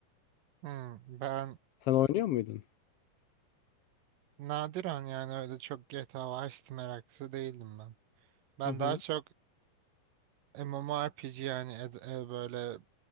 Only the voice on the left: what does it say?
Sen oynuyor muydun?
Hı hı.